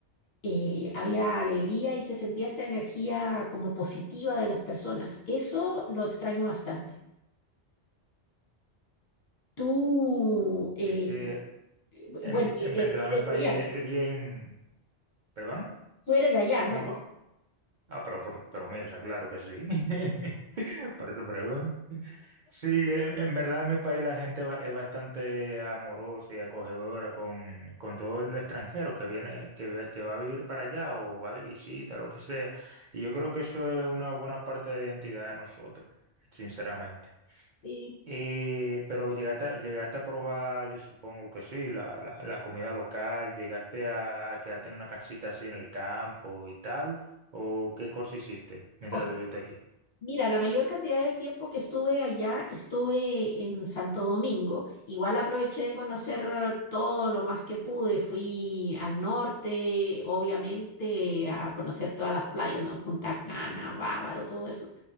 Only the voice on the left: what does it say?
Eh, había alegría y se sentía esa energía como positiva de las personas. Eso lo extraño bastante. Tú, eh,
bu-
bueno, e-
e- eres
de allá,
tú eres de allá, ¿no?
Sí.
O
Mira, la mayor cantidad del tiempo que estuve allá estuve en Santo Domingo. Igual aproveché de conocer todo lo más que pude. Fui al norte, obviamente, a conocer todas las playas, ¿no? Punta Cana, Bávaro, todo eso,